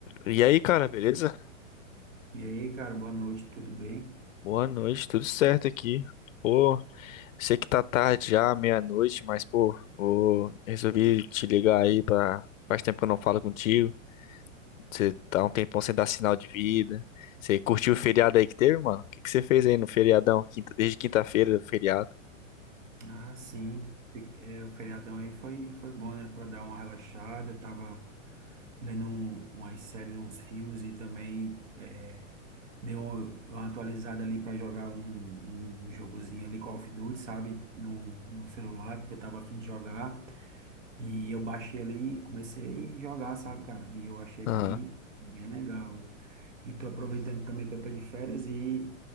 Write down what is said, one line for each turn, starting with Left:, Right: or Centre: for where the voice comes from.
Left: E aí, cara, beleza?
Right: E aí, cara, boa noite, tudo bem?
Left: Boa noite, tudo certo aqui. Pô, sei que tá tarde já, meia-noite, mas pô, ô, resolvi te ligar aí pra. Faz tempo que eu não falo contigo. Você tá um tempão sem dar sinal de vida. Você curtiu o feriado aí que teve, mano? O que que você fez aí no feriadão? Quinta- Desde quinta-feira, feriado.
Right: Ah, sim, fi- é, o feriadão aí foi, foi bom, né, Pra dar uma relaxada, tava vendo um, umas séries, uns filmes e também é, dei um- uma atualizada ali para jogar um, um, um jogozinho ali, Call of Duty, sabe? No, no celular, porque eu tava afim de jogar. E eu baixei ali e comecei a jogar, sabe, cara? E eu achei
Left: Aham.
Right: bem, bem legal. E tô aproveitando também que eu tô de férias e